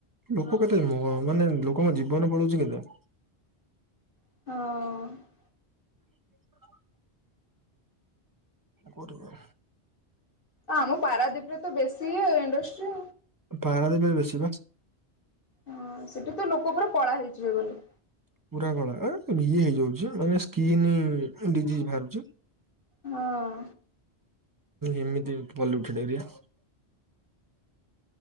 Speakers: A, on the right; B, on the left.
A: ଲୋକ କେତେ ମାନେ ଲୋକଙ୍କ ଜୀବନ ପଳଉଛି କେତେ।
B: ହଁ।
A: <unintelligible> କରିବ।
B: ଆମ ପାରାଦ୍ୱୀପ ରେ ତ ବେଶୀ ଆଉ ଇଣ୍ଡଷ୍ଟ୍ରି।
A: ପାରାଦ୍ଵୀପ ରେ ବେଶୀ ବା।
B: ହଁ ସେଠି ତ ଲୋକ ପୁରା କଳା ହେଇଯିବେ ଗଲେ।
A: ପୁରା କଳା ଏ ଇଏ ହେଇଯାଉଛି ମାନେ ସ୍କିନ୍ ଡିଜିଜ ବାହାରୁଛି।
B: ହଁ।
A: ଏମିତି ପଲୁଟେଡେ ଏରିଆ।